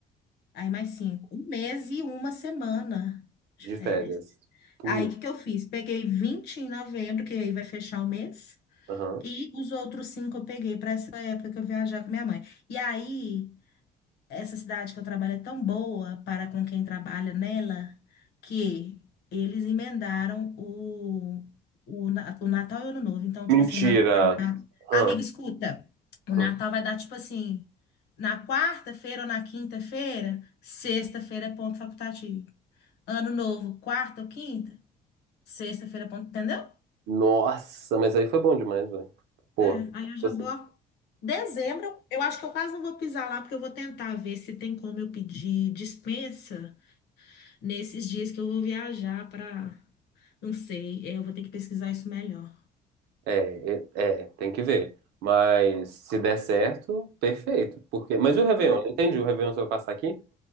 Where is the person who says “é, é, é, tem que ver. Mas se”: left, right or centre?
Right